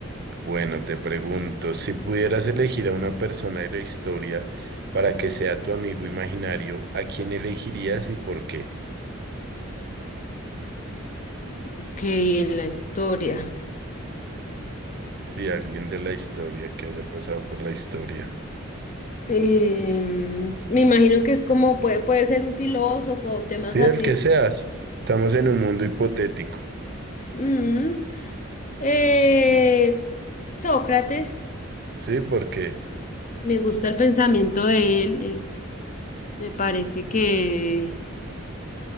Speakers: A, on the right; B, on the left.
A: Bueno, te pregunto, si pudieras elegir a una persona de la historia para que sea tu amigo imaginario, ¿a quién elegirías y por qué?
B: Ok, en la historia.
A: Si alguien de la historia que haya pasado por la historia.
B: Em, me imagino que es como puede, puede ser un filósofo o temas
A: Sí,
B: así.
A: el que seas. Estamos en un mundo hipotético.
B: Mm, Eh, Sócrates,
A: Sí, porque.
B: me gusta el pensamiento de él, eh, me parece que